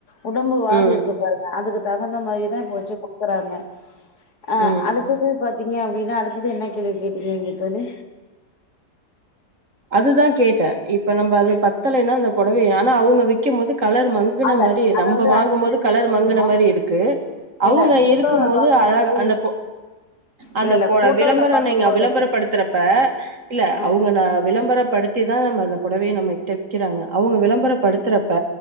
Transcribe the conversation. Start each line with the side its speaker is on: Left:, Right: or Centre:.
Left: உடம்புவாகு
Right: ம் ம்
Left: இருக்கு பாருங்க அதுக்கு தகுந்த மாரிதா இப்போ வச்சு குடுக்குறாங்க ஆ
Right: ம்
Left: அதுக்குக
Right: ம்
Left: பாத்தீங்க அப்டின் ஏன்னா அடுத்தது என்ன கேள்வி கேட்டீங்க நீங்க தோழி
Right: அதுதா கேட்டே இப்ப நம்ம அது பத்தலேனா அந்த பொடவை ஆனா அவுங்க விக்கம் போது கலர் மங்குன
Left: ஆல
Right: மாரி
Left: அதாவது
Right: நம்ப வாங்கும்
Left: அடுத்து
Right: போது
Left: என்ன கேட்டீங்கன்னா
Right: கலர் மங்குன மாரி இருக்கு அவுங்க
Left: இல்ல போட்டோல
Right: இருக்கும் போது
Left: பாக்கும்
Right: அழகா
Left: பொழுது
Right: அந்த பொ அந்த
Left: இல்ல இல்ல
Right: பொ
Left: போட்டோல
Right: விளம்பரோ
Left: பாக்கும்
Right: நீங்க
Left: பொழுது
Right: விளம்பரப்படுத்துறப்ப இல்ல
Left: ஆ
Right: அவுங்க நா விள விளம்பரப்படுத்தி தா நம்ம அந்த பொடவைய நம்ம கிட்ட விக்கிறாங்க அவுங்க விளம்பரப்படுத்துறப்ப